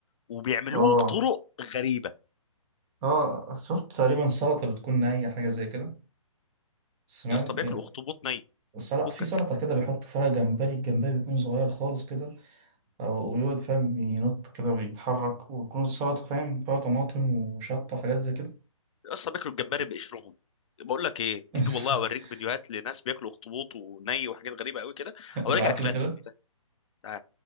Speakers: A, on the left; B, on the right.
A: وبيعملوه
B: اه
A: بطرق غريبه
B: اه شفت تقريبا سلطة بتكون نية حاجة زي كده سمعت
A: يا اسطى بياكلوا
B: آه،
A: اخطبوط ني
B: سلطة
A: فكك
B: في سلطة كده بيحط فيها جمبري الجمبري بيكون صغير خالص كده أو ويقعد فاهم ينط كده ويتحرك ويكون السلطة فاهم فيها طماطم وشطة وحاجات زي كده
A: يا اسطى بياكلوا الجمبري بقشرهم بقول لك ايه
B: <laughs>
A: تيجي والله اوريك فيديوهات لناس بياكلوا اخطبوط وني وحاجات غريبه قوي كده
B: ابعت
A: اوريك اكلاتهم
B: لي كده
A: تعال.